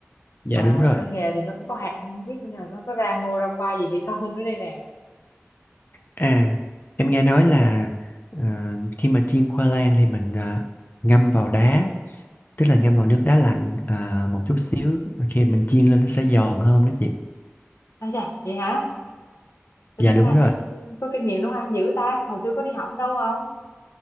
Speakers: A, on the left; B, on the left.
A: dạ
B: mà
A: đúng rồi.
B: tay nghề thì nó cũng có hạn nên không biết là nó có ra ngô ra khoai gì hay không <laughs> nữa đây nè
A: À, em nghe nói là ờ, khi mà chiên khoai lang thì mình ờ, ngâm vào đá, tức là ngâm vào nước đá lạnh ờ, một chút xíu, khi mình chiên lên nó sẽ giòn hơn đó chị.
B: à dạ vậy hả tính
A: Dạ
B: ra
A: đúng rồi.
B: em có kinh nghiệm nấu ăn dữ ta hồi xưa có đi học đâu không